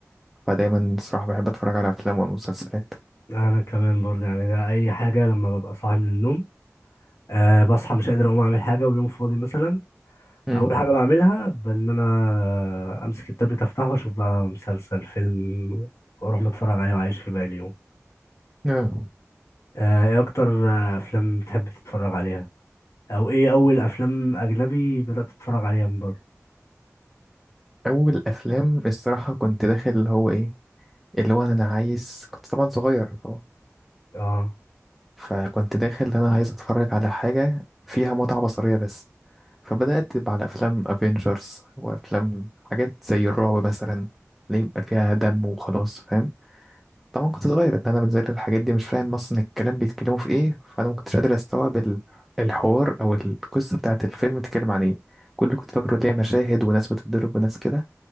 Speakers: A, in the centre; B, on the left.
A: فدايما الصراحة بحب أتفرج على أفلام ومسلسلات
B: انا كمان برضه يعني ده اي حاجه لما ببقى صاحي من النوم آه بصحى مش قادر اقوم اعمل حاجه ويوم فاضي مثلا
A: مم.
B: اول حاجه بعملها بان انا امسك التابلت افتحه واشوف بقى مسلسل فيلم واروح متفرج عليه واعيش في باقي اليوم
A: آه.
B: آه ايه اكتر آه، افلام بتحب تتفرج عليها؟ او ايه اول افلام اجنبي بدأت تتفرج عليها من بره؟
A: أول أفلام الصراحة كنت داخل اللي هو إيه اللي هو أنا عايز كنت طبعا صغير طبعا
B: اه
A: فكنت داخل أنا عايز أتفرج على حاجة فيها متعة بصرية بس فبدأت على أفلام أفينجرز وأفلام حاجات زي الرعب مثلا اللي يبقى فيها دم وخلاص فاهم طبعا كنت صغير اللي انا بنزل الحاجات دي مش فاهم اصلا الكلام بيتكلموا في ايه فانا ما كنتش قادر استوعب ال- الحوار او القصه بتاعت الفيلم بتتكلم عن ايه كل اللي كنت فاكره ليه مشاهد وناس بتتضرب وناس كده